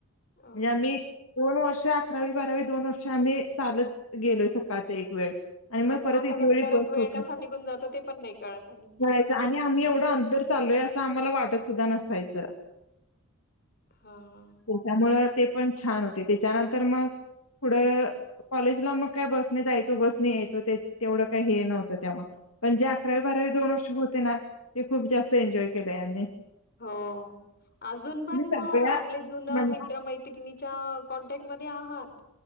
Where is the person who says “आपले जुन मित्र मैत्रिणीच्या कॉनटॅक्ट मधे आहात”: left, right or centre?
Left